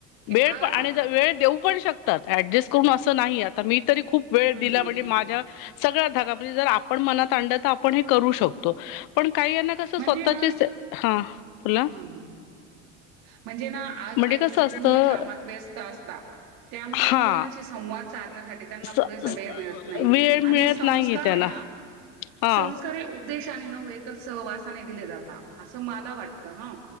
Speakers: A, on the right (about 65°); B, on the left (about 65°).
A: की
B: वेळ
A: आज
B: प आणि वेळ देऊ पण शकतात ऍडजस्ट करून असं नाही आता मी तरी खूप वेळ
A: हं,
B: दिला
A: हं,
B: म्हणजे
A: हं.
B: माझ्या सगळ्या धागा म्हणजे जर आपण मनात आणलं तर आपण हे करू शकतो पण काही यांना कस
A: म्हणजे
B: स्वतःचेचं
A: ना
B: हा बोला
A: हं, हं. म्हणजे ना आज
B: म्हणजे
A: आई
B: कसं
A: वडील
B: असतं
A: दोन्ही कामात व्यस्त असता त्यामुळे
B: हा
A: मुलांशी संवाद साधण्यासाठी त्यांना
B: स
A: पुरेसा
B: स
A: वेळ मिळत नाही.
B: वेळ
A: आणि
B: मिळत
A: संस्कार
B: नाहीये त्यांना
A: ये ना
B: हा
A: संस्कार हे उपदेशाने नव्हे तर सहवासाने दिले जाता असं माला वाटतं हं